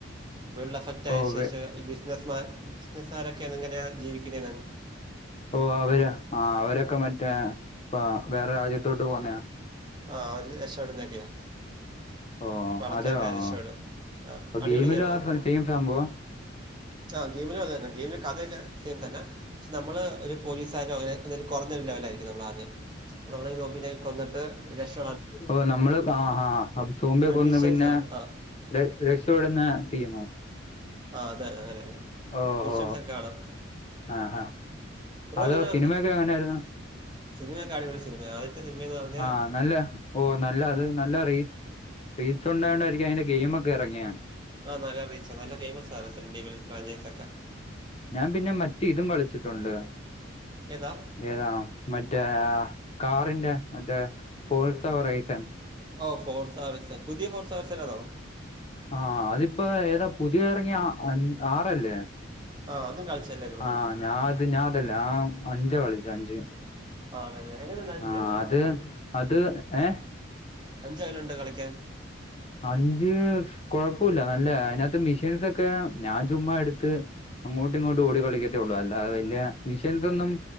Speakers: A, on the right; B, on the left.
A: വേൾഡ് എഫക്റ്റ്
B: ഓ
A: ആയ ശേഷം
B: വെ-
A: ഈ ബിസിനസ്സ് മാൻ ബിസിനസ്സാരൊക്കെങ്ങനെ ജീവിക്ക്ണെന്നങ്ങ്
B: ഓ അവര് അവരൊക്കെ മറ്റേ വേറെ രാജ്യത്തോട്ട് പോകുന്നയാ
A: ആഹ് ഒരു രക്ഷപ്പെടുന്നൊക്കെയാ
B: ഓ
A: പണക്കാരു
B: അതെയോ ആ.
A: രക്ഷോടും ആഹ്
B: അപ്പൊ
A: അടിപൊളി
B: ഗെയിമിലും
A: ഗെയിംമാത്
B: ആ സെയിം സംഭവം
A: ആഹ് ഗെയിമിൽ അത് തന്നെ ഗെയിമിന്റെ കഥയൊക്കെ സെയിം തന്നെ പക്ഷെ നമ്മള് ഒരു പോലീസുകാരോ അങ്ങനെ എന്തായും കുറഞ്ഞൊരു ലെവല ആയിരിക്കും നമ്മൾ ആദ്യം അപ്പ നമ്മള് റോബിനേക്ക് കൊന്നിട്ട് രഷ്
B: ഓ നമ്മള് ആഹാ ആഹാ അപ്പൊ സോമ്പിയൊക്കൊന്ന്
A: മിഷൻസ്
B: പിന്നെ
A: ആണ് ആ
B: ര രക്ഷപ്പെടുന്ന ടീമോ?
A: ആഹ് അതെ അങ്ങനെന്നെ
B: ഓഹ്
A: ഓപ്ഷൻസൊക്കെ കാണും
B: ആഹാ ഹാ അതൊ
A: ഇതിന്
B: സിനിമയൊക്കെ എങ്ങനെയായിരുന്നു?
A: സിനിമയൊക്കെ അടിപൊളി സിനിമെയാ ആദ്യത്തെ സിനിമയെന്ന് പറഞ്ഞാ
B: ആഹ് നല്ല ഓ നല്ല അത് നല്ല റീച്ച് റീച്ചുണ്ടായോണ്ടായിരിക്കും അതിന്റെ ഗെയിമൊക്കെ എറങ്ങിയെ
A: ആ നല്ല റീച്ചാ ആ നല്ല ഫെയ്മെസാ റെസഡ്രീവിൽ ഫ്രാഞ്ചസെക്കെ
B: ഞ്ഞാം പിന്നെ മറ്റെയിതും കളിച്ചിട്ടുണ്ട്
A: ഏതാ?
B: ഏതാ മറ്റേ ആ കാറിന്റെ മറ്റേ ഫോർസെവർ റൈസൻ
A: ഓ ഫോർസാറിസൻ പുതിയ ഫോർസാറിസനാണോ?
B: ആ, അതിപ്പെ ഏതാ പുതിയെറങ്ങിയ ആറല്ലേ?
A: ആ അതും കളിച്ചല്ലേ ബ്രോ
B: ആഹ, ഞാ അത് ഞാഅതല്ല ഞ്ഞാ അഞ്ചാ കളിച്ചെ അഞ്ച്
A: ആണല്ലേ? എങ്ങനെണ്ട് അഞ്ച്
B: ആഹ് അത് അത് ഏ
A: അഞ്ചെങ്ങനെണ്ട് കളിക്കാൻ?
B: അഞ്ച് കൊഴപ്പൊല്ല, നല്ലെയാ അയിനത്ത് മിഷീൻസൊക്കെ ഞാൻ ചുമ്മായെട്ത്ത് അങ്ങോട്ടും ഇങ്ങോട്ട് ഓടി കളിക്കെത്തെയൊള്ളൂ, അല്ലതെ വല്ലെയ മിഷീൻസൊന്നും